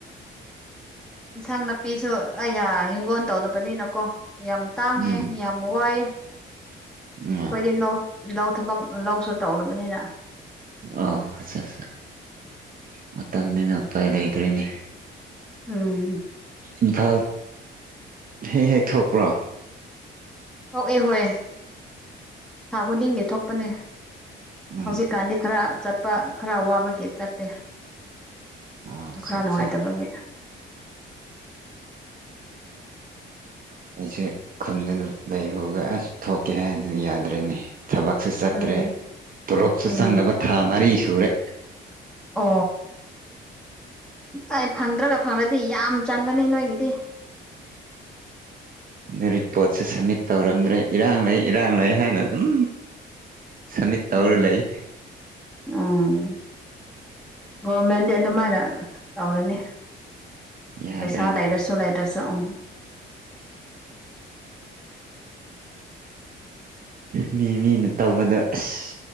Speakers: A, in the centre; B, on the right.
A: ꯏꯟꯁꯥꯡ ꯅꯥꯄꯤꯁꯨ ꯑꯌꯥ ꯍꯤꯡꯒꯣꯜ ꯇꯧꯗꯕꯅꯤꯅꯀꯣ ꯌꯥꯝ ꯇꯥꯡꯉꯦ
B: ꯎꯝ
A: ꯌꯥꯝ ꯋꯥꯏꯑꯦ
B: ꯑ
A: ꯑꯩꯈꯣꯏꯗꯤ ꯂꯧ ꯂꯧ ꯊꯕꯛ ꯂꯧꯁꯨ ꯇꯧꯗꯕꯅꯤꯅ
B: ꯑꯣ ꯑꯠ ꯑꯠꯆꯥ ꯃꯇꯝꯅꯤꯗꯨꯅ ꯎꯄꯥꯏ ꯂꯩꯗꯣꯏꯅꯦ
A: ꯎꯝ
B: ꯏꯝꯐꯥ ꯍꯦꯛ ꯍꯦꯛ ꯊꯣꯛꯄ꯭ꯔꯣ
A: ꯊꯣꯛꯑꯦ ꯍꯣꯏ ꯊꯥ ꯈꯨꯗꯤꯡꯒꯤ ꯊꯣꯛꯄꯅꯦ
B: ꯎꯝ
A: ꯍꯧꯖꯤꯛꯀꯥꯟꯗꯤ ꯈꯔ ꯆꯠꯄ ꯈꯔ ꯋꯥꯕꯒꯤ ꯆꯠꯇꯦ
B: ꯑꯣ ꯑꯠꯆꯥ
A: ꯈꯔ ꯅꯨꯡꯉꯥꯏꯇꯕꯒꯤ
B: ꯑꯠꯆꯥ
A: <inaudible>
B: ꯑꯩꯁꯦ ꯈꯨꯟꯗꯅ ꯂꯩꯔꯨꯔꯒ ꯑꯁ ꯊꯣꯛꯀꯦ ꯍꯥꯏꯅꯁꯨ ꯌꯥꯗ꯭ꯔꯦꯅꯤ ꯊꯕꯛꯁꯨ ꯆꯠꯇ꯭ꯔꯦ
A: ꯎꯝ
B: ꯇꯣꯂꯣꯞꯁꯨ
A: ꯎꯝ
B: ꯆꯪꯅꯕ ꯊꯥ ꯃꯔꯤ ꯁꯨꯔꯦ
A: ꯑ ꯑꯩ ꯐꯪꯗ꯭ꯔꯒ ꯐꯪꯂꯗꯤ ꯌꯥꯝ ꯆꯪꯒꯅꯤ ꯅꯣꯏꯒꯤꯗꯤ
B: ꯑꯗꯨ ꯔꯤꯄꯣꯔꯠꯁꯦ ꯁꯝꯃꯤꯠ ꯇꯧꯔꯝꯗ꯭ꯔꯦ ꯏꯔꯥꯡ ꯂꯩ ꯏꯔꯥꯡ ꯂꯩ ꯍꯥꯏꯅ ꯑꯗꯨꯝ ꯁꯃꯤꯠ ꯇꯧꯔ
A: ꯎꯝ
B: ꯂꯩ
A: ꯎꯝ ꯒꯣꯔꯃꯦꯟꯗꯤ ꯑꯗꯨꯃꯥꯏꯅ ꯇꯧꯔꯅꯤ
B: ꯌꯥꯗ꯭ꯔꯦꯅꯦ
A: ꯄꯩꯁꯥ ꯂꯩꯥꯏꯔꯁꯨ ꯂꯩꯥꯏꯔꯁ ꯆꯪ
B: ꯃꯤ ꯃꯤꯅ ꯇꯧꯕꯗꯣ ꯑꯁ